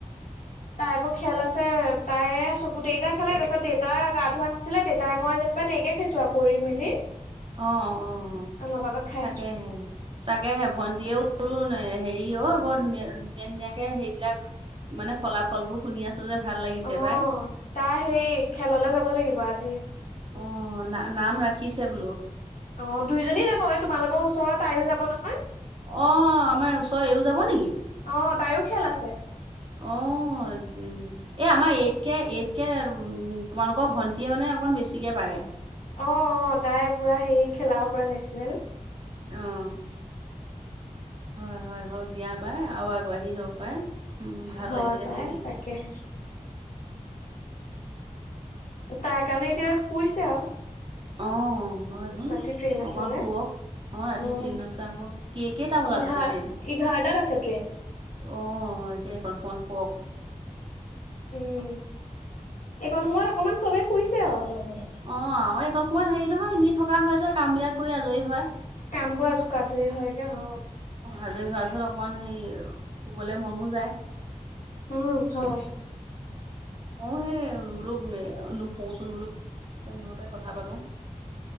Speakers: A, on the left; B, on the right.
A: তাই আকৌ খেল আছে তায়ে চব গোটেই কেইটা খেলে, তাৰপিছত দেউতাই গা ধোৱা নাছিলে, দেউতাই মই যেনিবা দেৰিকে- সেই চোৱা কৰি মেলি।
B: অঁ', -অঁ',
A: অলপ আগত খাইছো
B: -তাকে'হে। তাকে'হে ভণ্টিও হেৰি অ' বৰ ধুনীয়া-ধুনীয়া-ধুনীয়াকে সোৱাবিলাক। মানে ফলাফলবোৰ শুনি আছো যে ভাল লাগিছে
A: অ
B: পাই।
A: তাই সেই খেললে যাবলে লাগিব আজি।
B: অঁ', না-নাম ৰাখিছে বোলো।
A: অঁ', -দুয়োজনী যাব, এই তোমালোকৰ ওচৰত আহি যাব নহয়।
B: অঁ', -আমাৰ ওচৰে এওঁ যাব নেকি?
A: অ তাইও খেল আছে
B: অঁ',। এই আমাৰ এইট কে, এইট কে উম'তোমালোকৰ ভণ্টিয়ে মানে অকণ বেছিকে পাৰে।
A: অঁ', -অঁ', তাই পুৰা হেৰি খেলা পুৰা নেশ্যনেল।
B: অঁ', হয়-হয়, হওঁক দিয়া পাই আৰু আগবাঢ়ি যাওক পাই। উম ভাল
A: হয়
B: লাগিছে
A: পাই
B: শুনি
A: তাকে'হে। তাৰ কাৰণে এতিয়া শুইছে আৰু।
B: অঁহ', হয় তো'
A: ৰাতি ট্ৰেইন আছে
B: অকণ
A: যে
B: শুৱক। অঁ', ৰাতি
A: উম
B: ট্ৰেইন আছে আকৌ। কেই-কেইটা বজাত
A: এঘাৰ
B: আছে ট্ৰেইন?
A: এঘাৰটাত আছে ট্ৰেইন।
B: অঁ', এতিয়া এইকণ সময় শুওক।
A: উমঁ, এইকণ সময়ত অকণমান চবেই শুইছে আৰু অলপ-অলপ।
B: অঁ', এইকণ সময়ত হেৰি নহয় এনেই থকা হয় যে কাম বিলাক কৰি আজৰি হয়।
A: কামবোৰ আৰু আজৰি হয় গে অঁ',।
B: আজৰি হোৱা পিছত অকণমান হে শুবলে মনো যায়।
A: উম হয়
B: মইয়ো সেই বোলো শুচোন বোলো ফোনতে কথা পাতো।